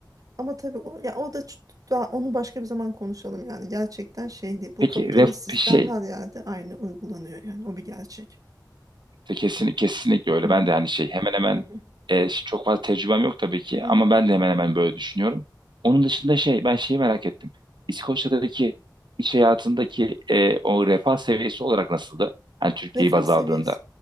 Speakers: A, on the right; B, on the right.
A: Ama tabii o, ya o da ç- daha onu başka bir zaman konuşalım yani. Gerçekten şey değil. Bu
B: Peki
A: kapitalist
B: ref,
A: sistem
B: şey
A: her yerde aynı uygulanıyor yani. O bir gerçek.
B: Te- Kesin, kesinlikle öyle.
A: Hı
B: Ben
A: hı.
B: de hani şey hemen hemen
A: Hı hı.
B: e, ş- çok fazla tecrübem yok tabii ki
A: Hı
B: ama
A: hı.
B: ben de hemen hemen böyle düşünüyorum. Onun dışında şey ben şeyi merak ettim. İskoçya'daki iş hayatındaki e, o refah seviyesi olarak nasıldı? Hani Türkiye'yi
A: Refah
B: baz
A: seviyesi.
B: aldığında.